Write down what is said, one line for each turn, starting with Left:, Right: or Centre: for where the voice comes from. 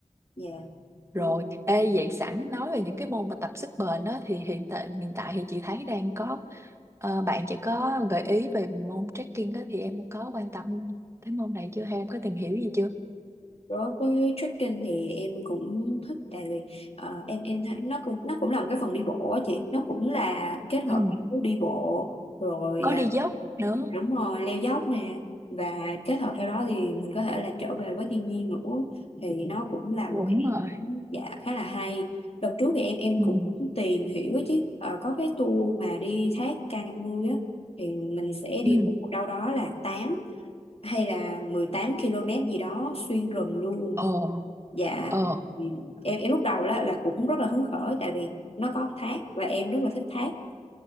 Left: Dạ.
Right: rồi
Left: Ừ,
Right: ê vậy sẵn nói về những cái môn mà tập sức bền đó thì hiện tại hiện tại thì chị thấy đang có ờ, bạn chị có gợi ý về môn trekking đó thì em có quan tâm tới môn này chưa hay em có tìm hiểu gì chưa
Left: Đối với trekking thì em cũng thích tại vì ờ, em em thấy nó cũng nó cũng là một cái phần đi bộ á chị, nó cũng là kết hợp
Right: ừ.
Left: giữa đi bộ rồi
Right: có
Left: à,
Right: đi dốc nữa
Left: đúng rồi leo dốc nè và kết hợp theo đó thì mình có thể là trở về với thiên nhiên nữa thì nó cũng là một
Right: đúng
Left: cái
Right: rồi
Left: dạ khá là hay đợt trước thì em em
Right: ừ.
Left: cũng tìm hiểu ấy chứ Ờ, có cái tour mà đi thác K50 á thì mình sẽ đi
Right: Ừ.
Left: bộ đâu đó là 8 hay là 18 km gì đó xuyên rừng luôn
Right: ờ
Left: dạ
Right: ờ
Left: ừ. em em lúc đầu là, là cũng rất là hứng khởi tại vì nó có thác và em rất là thích thác